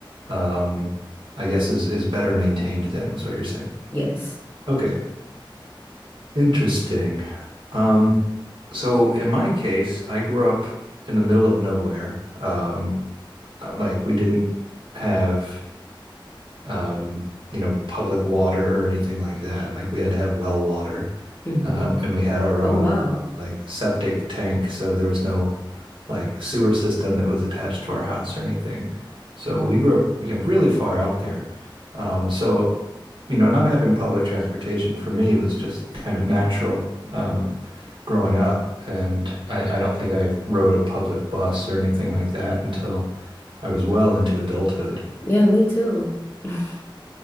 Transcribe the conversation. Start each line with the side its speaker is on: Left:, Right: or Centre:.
Right: um I guess is is better maintained then is what you're saying.
Left: Yes.
Right: Okay, interesting. Um so in my case, I grew up in the middle of nowhere. Um uh, like we didn't have um, you know, public water or anything like that. Like we had to have well water,
Left: hmm
Right: um, and we had our
Left: Oh
Right: own
Left: wow.
Right: like septic tank, so there was no like sewer system that was attached to our house or anything. So we grew up, you know, really far out there. Um, so, you know, not having public transportation for me was just kind of natural um, growing up, and I, I don't think I rode a public bus or anything like that until I was well into adulthood.
Left: Yeah, me too. <laughs>